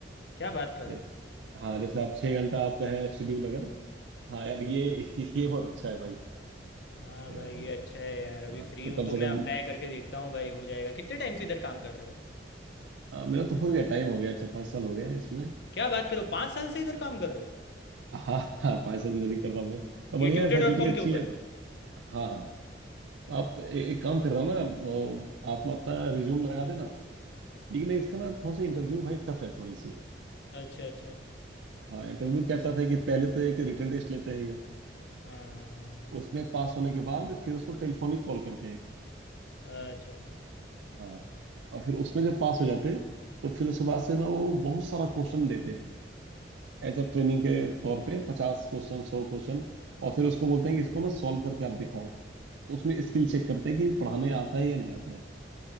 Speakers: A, on the left; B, on the right.
A: क्या बात कर
B: जैसे
A: रहे हो
B: हाँ जैसे आप छह घंटा आपका है शेड्यूल अगर हाँ यार ये ये बहुत अच्छा है भाई
A: हाँ
B: यार,
A: भाई ये अच्छा है यार अभी
B: हाँ
A: फ्री
B: तो
A: हूँ
B: कम
A: तो
B: से कम
A: मैं अप्लाई करके देखता हूँ भाई हो जाएगा कितने टाइम से इधर काम कर रहे हो
B: हाँ, मेरा तो हो गया टाइम हो गया अच्छा पाँच साल हो गया है इसमें
A: क्या बात कर रहे हो पाँच साल से इधर काम कर रहे हो
B: हाँ हाँ पाँच साल की तैयारी कर रहा हूँ मैं और
A: ये
B: बढ़िया
A: ट्यूटर
B: है फैसिलिटी
A: डॉट कॉम
B: अच्छी
A: के ऊपर
B: है तो हाँ हाँ आप ए- एक काम कर रहा हूँ ना वो, आप अपना रिज्यूम लगा देना लेकिन इसका ना थोड़ा सा इंटरव्यू भाई टफ है थोड़ी सी
A: अच्छा अच्छा
B: हाँ इंटरव्यू
A: ओके
B: क्या टफ है कि पहले तो एक रिटन टेस्ट लेते हैं ये
A: हाँ हाँ
B: उसमें पास होने के बाद फिर उसको टेलीफोनिक कॉल करते हैं
A: अच्छा
B: हाँ और फिर उसमें जब पास हो जाते हैं तो फिर उसके बाद से ना वो बहुत सारा क्वेश्चन देते हैं एज अ ट्रेनिंग के तौर पे पचास क्वेश्चन सौ क्वेश्चन और फिर उसको बोलते हैं कि इसको ना सॉल्व करके आप दिखाओ तो उसमें स्किल चेक करते हैं कि पढ़ाने आता है या नहीं आता है